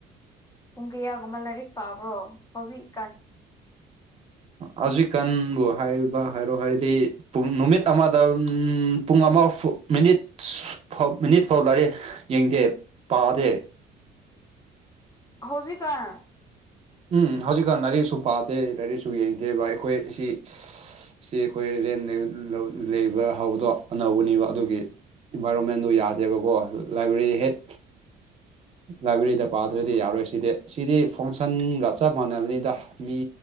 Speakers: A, on the left (about 20°); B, on the right (about 35°).
A: ꯄꯨꯡ ꯀꯌꯥꯒꯨꯝꯕ ꯂꯥꯏꯔꯤꯛ ꯄꯥꯕ꯭ꯔꯣ ꯍꯧꯖꯤꯛꯀꯥꯟ
B: ꯍꯧꯖꯤꯛꯀꯥꯟꯕꯨ ꯍꯥꯏꯕ ꯍꯥꯏꯔꯣ ꯍꯥꯏꯗꯤ꯫ ꯄꯨꯡ ꯅꯨꯃꯤꯠ ꯑꯃꯗ ꯄꯨꯡ ꯑꯃ ꯃꯤꯅꯤꯠ ꯃꯤꯅꯤꯠ ꯐꯥꯎ ꯂꯌꯦ꯫ ꯌꯦꯡꯗꯦ ꯄꯥꯗꯦ꯫
A: ꯍꯧꯖꯤꯛ ꯀꯥꯟ꯫
B: ꯎꯝ ꯍꯧꯖꯤꯛꯀꯥꯟ ꯂꯥꯏꯔꯤꯛꯁꯨ ꯄꯥꯗꯦ ꯂꯥꯏꯔꯤꯛꯁꯨ ꯌꯦꯡꯗꯦꯕ ꯑꯩꯈꯣꯏ ꯑꯁꯤ ꯁꯤ ꯑꯩꯈꯣꯏ ꯔꯦꯟ ꯂꯩꯕ ꯍꯕꯗꯣ ꯑꯅꯧꯕꯅꯦꯕ ꯑꯗꯨꯒꯤ ꯏꯟꯚꯥꯏꯔꯣꯟꯃꯦꯟꯗꯨ ꯌꯥꯗꯦꯕꯀꯣ ꯂꯥꯏꯕ꯭ꯔꯦꯔꯤ ꯍꯦꯛ ꯂꯥꯏꯕ꯭ꯔꯦꯔꯤꯗ ꯄꯥꯗ꯭ꯔꯗꯤ ꯌꯥꯔꯣꯏ ꯁꯤꯗꯤ ꯁꯤꯗꯤ ꯐꯪꯁꯟꯒ ꯆꯞ ꯃꯥꯟꯅꯕꯅꯤꯗ꯫ ꯃꯤ